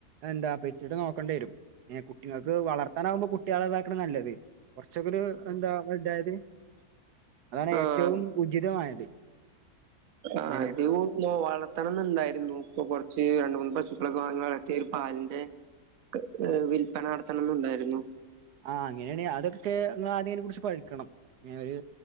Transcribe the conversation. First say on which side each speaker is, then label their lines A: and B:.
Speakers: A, on the right; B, on the right.
A: എന്താ പെറ്റ്ട്ട് നോക്കെണ്ട്യേരും. ഏഹ് കുട്ടികൾക്ക് വളർത്താനാകുമ്പോ കുട്ട്യേളെ ഇതാ ക്ക്ണ നല്ലത്. കൊറച്ചൊക്കെ ഒരു എന്താ വൽതായത്. അതാണ്
B: ആഹ്
A: ഏറ്റവും ഉചിതമായത്.
B: ആഹ്.
A: ഏഹ്
B: അധികും നോ വളത് ത്തണന്ന് ഇണ്ടായിരുന്നു. ഇപ്പൊ കൊറച്ച് രണ്ട് മൂന്ന് പശുക്കളൊക്കെ വാങ്ങി വളർത്തി ഒരു പാലിന്റെ ഹ ഏഹ് വില്പ്പന നടത്തണംന്നുണ്ടായിരുന്നു.
A: ആഹ്. അങ്ങനെയാണെ അതൊക്കെ ഒന്ന് ആദ്യം അതിനെ കുറിച്ച് പഠിക്കണം. ഇങ്ങനൊര്